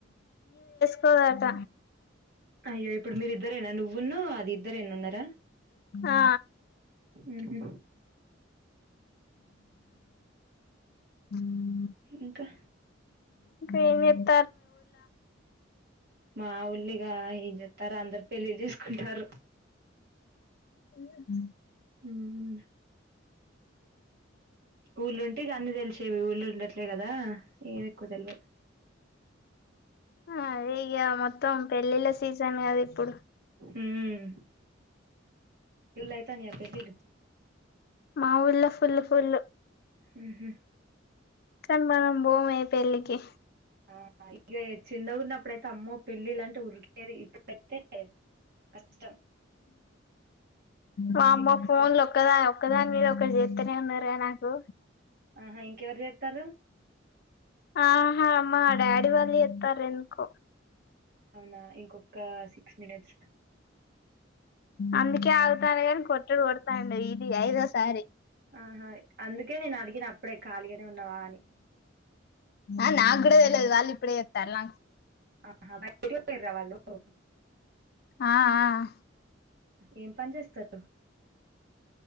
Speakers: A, on the left; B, on the right.
A: చేసుకోదట
B: అయ్యాో ఇప్పుడు మీరి ఇద్దరేనా నువ్వున్నాో అది ఇద్దరు ఎన్న ఉన్నారా
A: ఆ
B: ఉహూ
A: హ
B: ఇంకా
A: ఏం చెప్
B: మా ఊల్లిగా ఎంజెతార్ అందరు పెళ్ళి చేస్ కుంటారు
A: ఉమ్
B: ఊహూ ఊలుం ఇగ అన్ని తెలిసేవీ ఊళ్ళుండట్ తేగదా ఏమ్ ఎక్కువ తెల్వద్
A: ఆ అదే ఇగ మొత్తం పెళ్ళిళ్ళ సీజన్ కదా ఇప్పుడు
B: ఉమ్ ఊళ్ళైతన్నాయ పెళ్ళిళ్ళు
A: మాఊళ్ళ ఫుల్ ఫుల్
B: ఊహూ
A: కాని మనం భోమే పెళ్ళికి
B: ఆ ఇగ చిన్నగున్నప్పుడైతే అమ్మో పెళ్ళిలంటే ఉరికేది ఇప్పుడైతే కష్టం
A: వామ్మో
B: సిగ్గు
A: ఫోన్
B: సిగ్గని
A: లోక్కదా ఒక్కదాని మీద ఒకరు చేత్తనే ఉన్నరుగా నాకు
B: అహ ఇంకెవరు చేత్ త్తరు
A: ఆహా మా డాడీ వాళ్ళు చేత్తారు ఎందుకో
B: నా ఇంకొ. ఆహ్ సిక్స్ మినేట్స్.
A: అందుకే ఆగుతలేరు కొట్టుడు కొడ్. పండుగే ఇది ఐదో సారి.
B: ఆహ్ హయ్ అందుక్. కే నేన్ అడిగినా. అప్పుడే ఖాళీగానే ఉన్నవా అని.
A: ఆ నాకు ఇప్పుడే తేలాంది వాళ్ళిప్పుడే చెప్తారా.
B: ఆహా బయట పోయింర్రా వాళ్ళు. <inaudible>
A: ఆహ్ ఆహ్.
B: ఏం పని చేస్తారు.